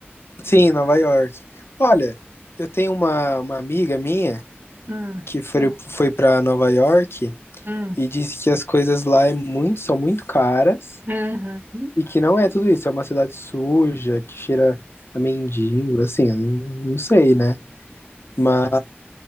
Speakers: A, on the left (about 70°); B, on the right (about 50°).
A: Sim, Nova York. Olha, eu tenho uma, uma amiga minha
B: Hum,
A: que foi, foi para Nova York
B: hum,
A: e disse que as coisas lá é muito, são muito caras
B: uhum.
A: e que não é tudo isso. É uma cidade suja, que cheira a mendigo, assim, eu não, não sei, né? Mas